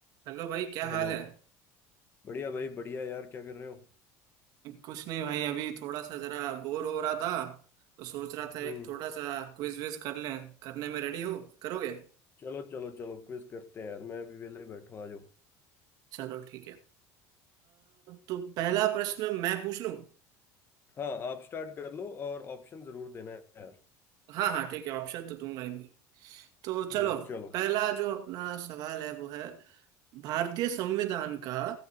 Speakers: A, on the right; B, on the left.
A: Hello भाई क्या
B: Hello
A: हाल है
B: बढ़िया भाई बढ़िया यार क्या कर रहे हो
A: कुछ नहीं भाई अभी थोड़ा सा जरा बोर हो रहा था तो सोच रहा था
B: हम्म
A: एक थोड़ा सा क्विज विज कर लें करने में रेडी हो करोगे
B: चलो चलो चलो क्विज करते हैं यार मैं अभी वेले बैठा हूँ आ जाओ
A: चलो ठीक है अ, तो पहला प्रश्न मैं पूछ लूं
B: हाँ आप स्टार्ट कर लो और ऑप्शन जरूर देना है यार
A: हाँ हाँ ठीक है ऑप्शन तो दूंगा ही मैं तो चलो
B: हम्म चलो
A: पहला जो अपना सवाल है वो है भारतीय संविधान का